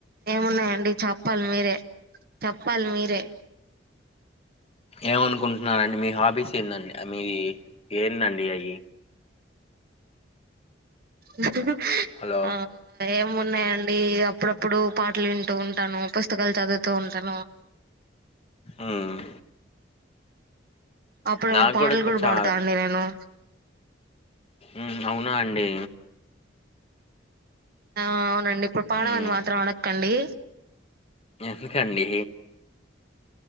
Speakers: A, on the right; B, on the left.
A: ఏమున్నాయండి చెప్పాలి మీరే చెప్పాలి మీరే
B: ఏమనుకుంటున్నారండి మీ హాబీస్ ఏందండి మీ ఏందండి అయి
A: ఇ
B: హలో
A: ఆ ఏమున్నాయండ్ డీ అప్పుడప్పుడు పాటలు వింటూ ఉంటాను పుస్తకాలు చదువుతూ ఉంటాను
B: ఉమ్
A: అప్పుడప్పుడు
B: నాకు
A: పాట్లు
B: ఇప్పుడు
A: కూడా
B: చా
A: పాడుతా అండి నేను
B: ఉమ్ అవునా అండి
A: ఆ అ నండి ఇప్పుడు పాడమని
B: ఉమ్
A: మాత్రం అడక్కండి
B: ఎందుకండి